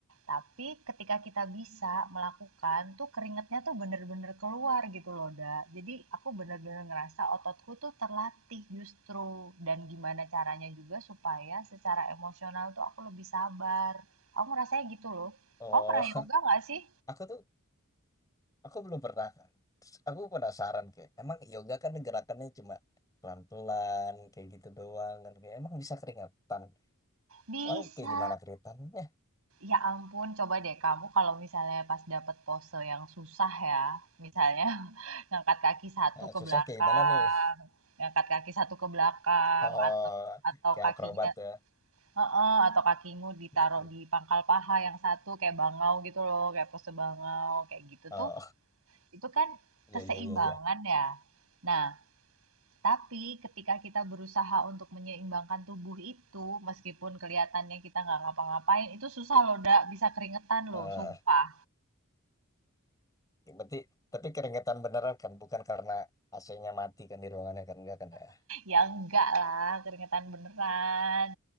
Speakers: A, on the right (about 75°); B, on the left (about 15°).
A: tapi ketika kita bisa melakukan tuh keringetnya tuh bener-bener keluar gitu loh, Da. Jadi aku bener-bener ngerasa ototku tuh terlatih justru. Dan gimana caranya juga supaya secara emosional tuh aku lebih sabar. Aku ngerasanya gitu loh.
B: oh,
A: Kamu pernah yoga
B: <laughs>
A: nggak sih?
B: aku tuh, aku belum pernah kan. Terus aku penasaran kayak, emang yoga kan gerakannya cuma pelan-pelan, kayak gitu doang kan. Kayak, emang bisa keringetan.
A: Bisa.
B: Emang kayak gimana keringetannya?
A: Ya ampun, coba deh kamu kalau misalnya pas dapet pose yang susah ya, misalnya <laughs> ngangkat kaki satu
B: Nah,
A: ke
B: susah
A: belakang,
B: kayak gimana nih? <laughs>
A: ngangkat kaki satu ke belakang,
B: Oh,
A: atau atau
B: kayak
A: kakinya,
B: akrobat ya.
A: heeh, atau kakimu ditaruh
B: Hmm, hmm.
A: di pangkal paha yang satu kayak bangau gitu loh, kayak pose bangau kayak gitu
B: Oh,
A: tuh, itu kan
B: iya,
A: keseimbangan
B: iya, iya, iya.
A: ya. Nah, tapi ketika kita berusaha untuk menyeimbangkan tubuh itu, meskipun kelihatannya kita nggak ngapa-ngapain, itu susah loh, Dak. Bisa keringetan loh,
B: Eh,
A: sumpah.
B: berarti tapi keringetan beneran kan bukan karena AC-nya mati kan di ruangannya kan enggak kan ya.
A: Ya enggak lah, keringetan beneran.